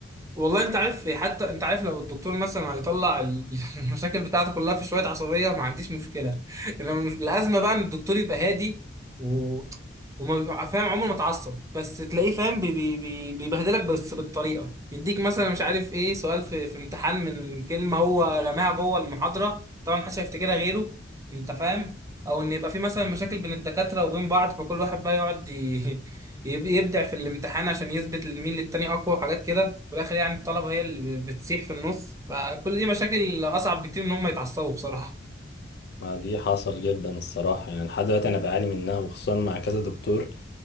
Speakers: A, on the right (about 15°); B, on the left (about 60°).
A: والله انت عارف حتى انت عارف لو الدكتور مثلا هيطلع ال- <laughs> المشاكل بتاعته كلها في شويه عصبيه ما عنديش مشكله انما مش- الازمه بقى ان الدكتور يبقى هادي و... وما بيبقى فاهم عمره ما اتعصب بس تلاقيه فاهم بي... بي... بي- بيبهدلك بس بالطريقه يديك مثلا مش عارف ايه سؤال في, في امتحان من كلمه هو رماها جوه المحاضره طبعا محدش هيفتكرها غيره انت فاهم او ان يبقى في مثلا
B: <laughs>
A: مشاكل بين الدكاتره وبين بعض فكل واحد بقى يقعد ي... <laughs> يب- يبدع في الامتحان عشان يثبت مين للتاني اقوى وحاجات كده في الاخر يعني الطلبه هي اللي بتسيح في النص فكل دي مشاكل اصعب بكتير من ان هم يتعصبوا بصراحه
B: ما دي حصل جدا الصراحة يعني لحد دلوقتي أنا بعاني منها وخصوصا مع كذا دكتور